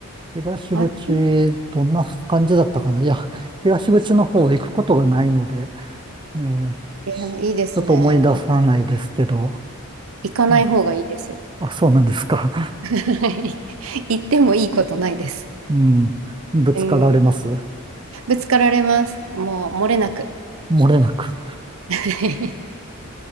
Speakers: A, on the right; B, on the right.
A: 東口、
B: あっち、
A: どんな感じだったかな。いや、東口の方行くことがないので、ね、
B: いや、いいですね。
A: ちょっと思い出さないですけど、
B: 行かない方がいいですよ。
A: うんあ、そうなんですか。
B: <laughs> 行ってもいいことないです。
A: うん、ぶつかられます。
B: うん、ぶつかられます。もう漏れなく。
A: 漏れなく。
B: <laughs>